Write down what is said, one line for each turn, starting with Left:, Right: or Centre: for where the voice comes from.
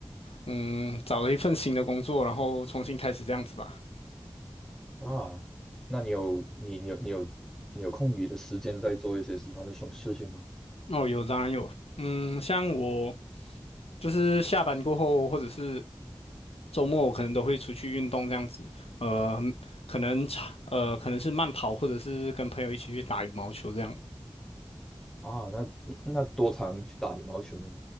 Left: 嗯，找了一份新的工作，然后重新开始这样子吧。
Centre: 啊，那你有你你有你有你有空余的时间在做一些喜欢的事事情吗？
Left: 哦，有，当然有。嗯，像我就是下班过后，或者是周末，我可能都会出去运动这样子。呃，可能长呃，可能是慢跑，或者是跟朋友一起去打羽毛球这样。
Centre: 啊，那那多长去打羽毛球呢？